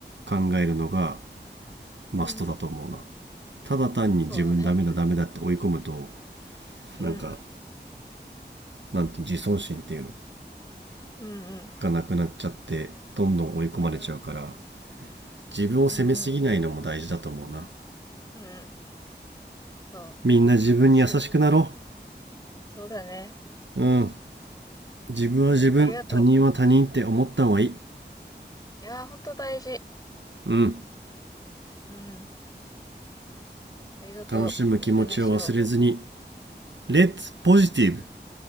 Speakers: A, on the right; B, on the left.
A: 考えるのがマストだと思うな
B: うん、
A: ただ単に自分ダメだダメだって追い込むと
B: そうだね。うん、
A: なんかなんて自尊心っていうの
B: うん、うん、
A: がなくなっちゃってどんどん追い込まれちゃうから
B: うん。
A: 自分を責めすぎないのも大事だと思うな
B: うんうん。うんうん。そ
A: みんな自分に優しくなろ
B: う。いや、それ、そうだね。
A: ううん自分は自分他人は他人って思った方がいい
B: ありがとう。いやー、ほんと大事。
A: うん
B: うん。ありがとう。
A: 楽しむ気持ちを忘れずに、
B: いい話を。
A: Let's Positive!